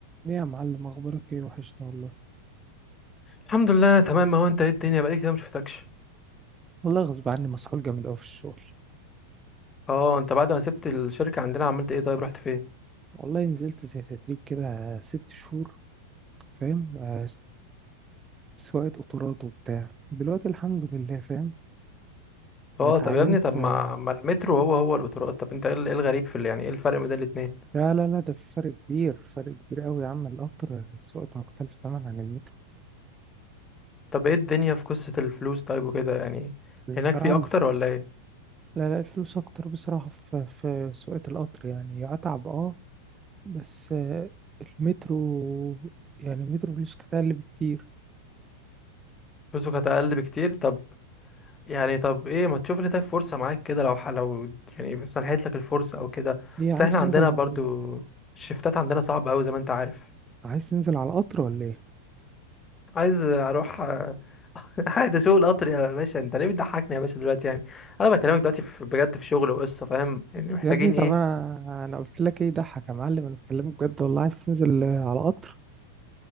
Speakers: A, on the right (about 20°); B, on the left (about 20°).
A: ليه يا معلم اخبارك ايه وحشنا والله
B: الحمد لله انا تمام اهو انت ايه الدنيا بقالي كتير ما شفتكش
A: والله غصب عني مسحول جامد قوي في الشغل
B: اه انت بعد ما سبت الشركه عندنا عملت ايه طيب رحت فين
A: والله نزلت زي تدريب كده ست شهور فاهم آه، سواقة قطارات وبتاع دلوقتي الحمد لله فاهم
B: اه
A: آه، اتعينت
B: طب يا ابني طب ما
A: آه،
B: ما المترو هو هو القطارات طب انت ايه ال- إيه الغريب في ال- يعني ايه الفرق بين الاتنين
A: لا لا لا ده في فرق كبير فرق كبير قوي يا عم القطر سواقته مختلفة تماما عن المترو
B: طب ايه الدنيا في قصه الفلوس طيب وكده يعني
A: بصراحة
B: هناك في
A: ال-
B: اكتر ولا ايه
A: لا لا الفلوس اكتر بصراحة في في سواقة القطر يعني اتعب اه بس آه، المترو يعني المترو فلوس كتير بكتير
B: فلوسه كانت اقل بكتير طب يعني طب ايه ما تشوف لي طيب فرصه معاك كده لو ح- لو يعني سنحت لك الفرصه او كده
A: هي عايز
B: اصل احنا عندنا
A: تنزل
B: برضو الشفتات عندنا صعبه قوي زي ما انت عارف
A: عايز تنزل على القطر ولا ايه
B: عايز اروح آه، <laughs> عايز اشوف القطر يا باشا انت ليه بتضحكني يا باشا دلوقتي يعني انا بكلمك دلوقتي في بجد في شغل وقصه فاهم يعني محتاجين
A: يا ابني طب
B: ايه
A: انا انا قلت لك ايه ضحك يا معلم انا بكلمك بجد والله عايز تنزل آه، على قطر